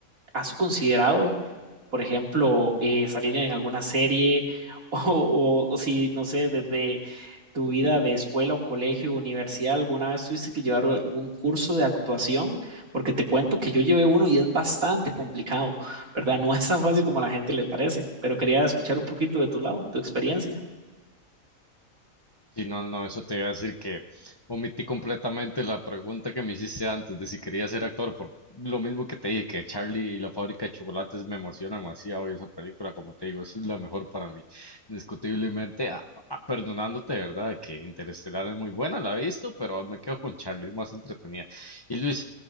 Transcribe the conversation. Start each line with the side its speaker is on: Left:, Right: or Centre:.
Right: has considerado, por ejemplo, eh, salir en alguna serie <laughs> o, o- o si, no sé, desde tu vida de escuela o colegio, universidad, alguna vez tuviste que llevar algún curso de actuación, porque te cuento que yo llevé uno y es bastante complicado, ¿verdad? No <laughs> es tan fácil como a la gente le parece, pero quería escuchar un poquito de tu lado, tu experiencia.
Left: Sí, no, no, eso te iba a decir que omití completamente la pregunta que me hiciste antes de si quería ser actor, por lo mismo que te dije, que Charlie y la fábrica de chocolates me emociona demasiado y esa película, como te digo, es la mejor para mí, indiscutiblemente, a- a- perdonándote, ¿verdad? Que Interestelar es muy buena, la he visto, pero me quedo con Charlie, es más entretenida. Y Luis,